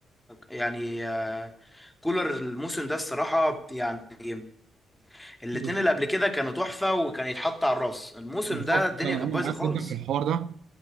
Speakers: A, in the centre; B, on the right (about 80°).
A: يعني آه، كولر الموسم ده الصراحة يعني الاتنين
B: بز-
A: اللي قبل كده كانوا تحفة وكان يتحط على الراس الموسم
B: بالظبط
A: ده الدنيا
B: انا
A: كانت
B: انا
A: بايظة
B: معاك
A: خالص
B: جدا في الحوار ده